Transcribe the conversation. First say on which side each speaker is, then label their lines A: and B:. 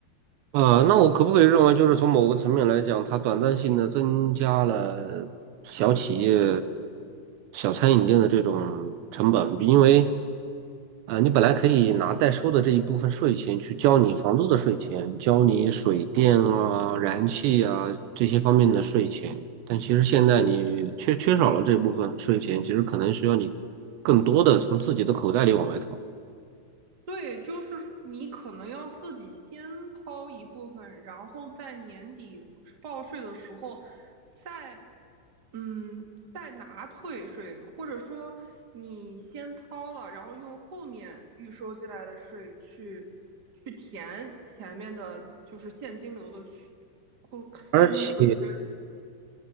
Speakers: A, on the right; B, on the right.
A: 呃，那我可不可以认为，就是从某个层面来讲，它短暂性的增加了小企业、小餐饮店的这种成本？因为，呃，你本来可以拿代收的这一部分税钱去交你房租的税钱，交你水电啊、燃气啊这些方面的税钱，但其实现在你缺缺少了这部分税钱，其实可能需要你更多的从自己的口袋里往外掏。
B: 对，就是你可能要自己先掏一部分，然后在年底报税的时候再嗯，代拿退税，或者说你先掏了，然后用后面预收进来的税去去填前面的，就是现金流的缺，库现金流的缺失。
A: 而且